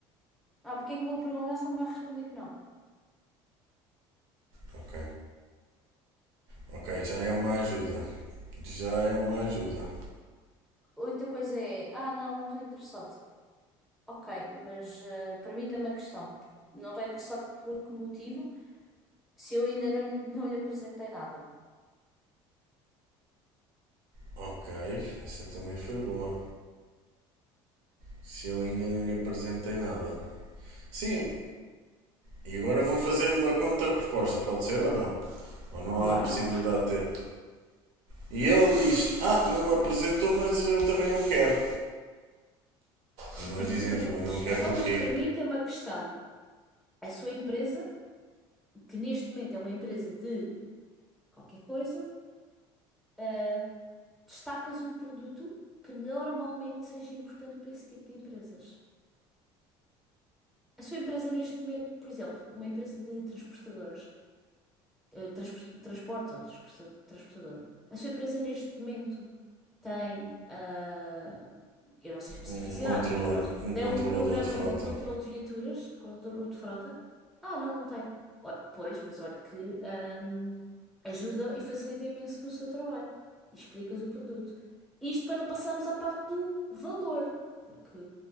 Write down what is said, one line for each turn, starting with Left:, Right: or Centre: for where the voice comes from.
Centre: Ah, porque é que eu vou perguntar se não me vai responder que não?
Right: Ok, ok, já é uma ajuda. Já é uma ajuda.
Centre: Outra coisa é, ah, não, não estou interessado. Ok, mas eh, permita-me a questão. Não estou interessado por que motivo se eu ainda não lhe, não lhe apresentei nada?
Right: Ok, essa também foi boa. Se eu ainda não lhe apresentei nada. Sim, e agora vou fazer uma contra-resposta, pode ser ou não? Ou não
Centre: Claro.
Right: há a possibilidade de ter? E ele diz: Ah, não me apresentou, mas eu também não quero. E nós
Centre: E
Right: dizemos:
Centre: tu perguntas,
Right: Mas não quer
Centre: então,
Right: porquê?
Centre: mas permita-me a questão. A sua empresa, que neste momento é uma empresa de qualquer coisa, eh, destacas um produto que normalmente seja importante para esse tipo de empresas. A sua empresa neste momento, por exemplo, uma empresa de transportadoras, eh, trans- transportes ou transporta- transportadora. A sua empresa neste momento tem, ah, eu não sei especificidades,
Right: Um controlador,
Centre: mas pronto,
Right: um
Centre: tem
Right: controlador
Centre: um programa
Right: de frota.
Centre: de controle de viaturas, controle de frota. Ah, não, não tem. Olha, pois, mas olha que ahm, ajuda e facilita imenso no seu trabalho. E explicas o produto. Isto para não passarmos à parte do valor, porque